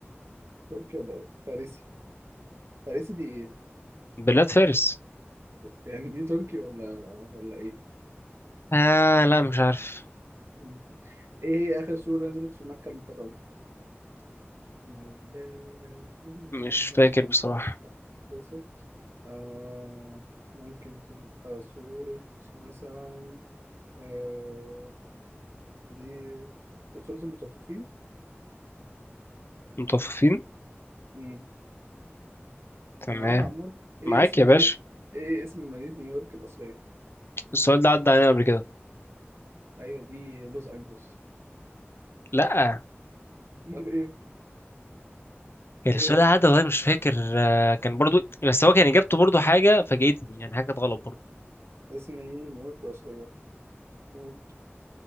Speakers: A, on the right (about 70°); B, on the left (about 60°).
A: تركي ولا فارسي فارسي دي إيه؟
B: بلاد فارس
A: يعني دي تركي ولا ولا إيه؟
B: آه لا مش عارف
A: مم. ايه هي اخر سورة نزلت في مكة المكرمة مولاي إني
B: مش فاكر
A: لا
B: بصراحه
A: أتبسط آه ممكن تبقى سورة مثلا آه دي سورة المطففين
B: متوففين
A: مم.
B: تمام
A: انت معايا يا عمور ايه
B: معاك
A: اسم
B: يا باشا
A: مدينة ايه اسم مدينة نيويورك الأصلية
B: السؤال ده عدى علينا قبل كده
A: ايوه دي لوس أنجلوس
B: لا
A: امال ايه
B: كان
A: ايه
B: السؤال ده عدى والله مش فاكر آه، كان برضو بس هو كان اجابته برضو حاجه فاجئتني يعني حاجه غلط برضو
A: هي؟ اسم مدينة نيويورك الأصلية قول.